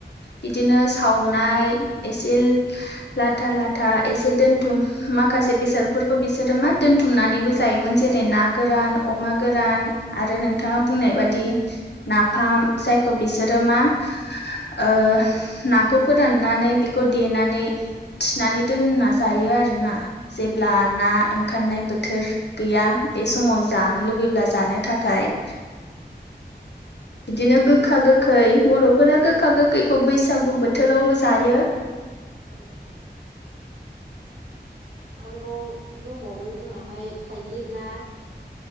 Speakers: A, on the left; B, on the right.
A: बिदिनो सावनाय एसेल लाथा ला था एसे दोनथुम माखासे बेसादफोरखौ बिसोरो मा दोन्थुमनानैबो जायोमोन जेरै ना गो रान अमा गोरान आरो नोंथाङा बुंनाय बादि नाफाम। जायखौ बिसोरो
B: औ
A: मा ओ नाखौ फोराननानै बेखौ देनानै थिनानै दोनना जा यो आरोना जेब्ला
B: औ
A: ना ओंखारनाय बोथोर गैया बे समाव जानो
B: औ
A: लुबैयो जानो थाखाय बिदिनो गोखा गोखै बरफोरा गोखा गोखैखौ बैसागु बोथोरावबो जायो
B: औ आरोबाव दंबावो जोंहाहाय थाइगिर ना